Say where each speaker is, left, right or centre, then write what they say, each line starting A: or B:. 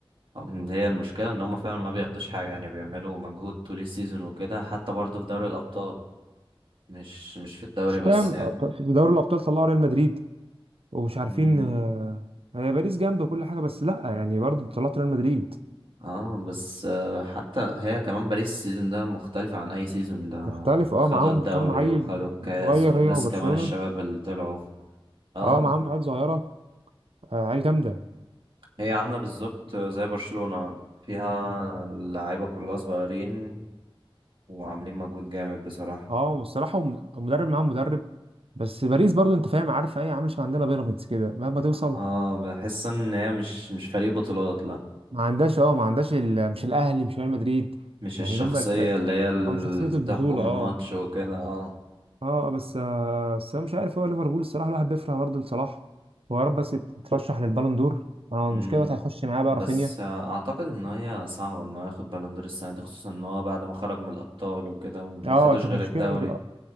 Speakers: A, on the right; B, on the right.
A: أم- هي المشكلة ان هم فعلا ما بياخدوش حاجة يعني بيعملوا مجهود طول السيزون وكده حتى برضه في دوري الابطال مش مش في الدوري
B: مش
A: بس
B: فاهم
A: يعني
B: ط- ط- في دوري الابطال طلعوا ريال مدريد ومش عارفين
A: مم.
B: آه، هي باريس جنب كل حاجه بس لا يعني برضه طلعت ريال مدريد
A: اه بس آه، حتى هي كمان باريس السيزون ده مختلفة عن أي سيزون ده
B: مختلف اه
A: خدوا
B: معاهم
A: الدوري
B: كام عيل
A: وخدوا الكاس
B: صغير
A: والناس
B: هي وبرشلونه
A: كمان الشباب اللي طلعوا اه
B: اه معاهم عيال صغيره آه، عيال جامده
A: هي عاملة بالظبط زي برشلونة فيها اللعيبة كلها صغيرين وعاملين مجهود جامد بصراحة
B: اه والصراحه هم- المدرب معاهم مدرب بس باريس برضو انت فاهم عارف ايه عامل شبه عندنا بيراميدز كده مهما توصل
A: اه بحس ان هي مش مش فريق بطولات لا
B: ما عندهاش اه ما عندهاش ال- مش الاهلي مش ريال مدريد
A: مش
B: يعني
A: الشخصية
B: اللي هم الف-
A: اللي هي اللي
B: او شخصيه البطوله
A: تحكم
B: اه
A: الماتش وكده اه
B: اه بس آه بس انا مش عارف هو ليفربول الصراحه الواحد بيفرح برضه لصلاح هو يا رب بس يترشح للبالون دور انا
A: مم.
B: المشكله دلوقتي هيخش معاه بقى
A: بس
B: رافينيا
A: آه، اعتقد ان هي صعبه ان هو ياخد بالون دور السنه دي خصوصا ان هو بعد ما خرج من الابطال وكده وما
B: اه
A: خدوش
B: كانت
A: غير
B: مشكله
A: الدوري